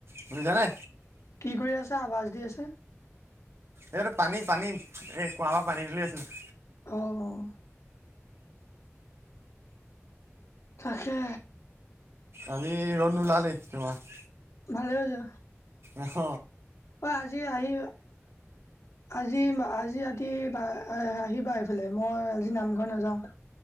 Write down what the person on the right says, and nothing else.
শুনিছ নে?
এইটো পানী পানী এই কুঁৱাৰ পৰা পানী তুলি আছিলো।
আজি ৰ'দ নোলালে তোমাৰ।
আহ।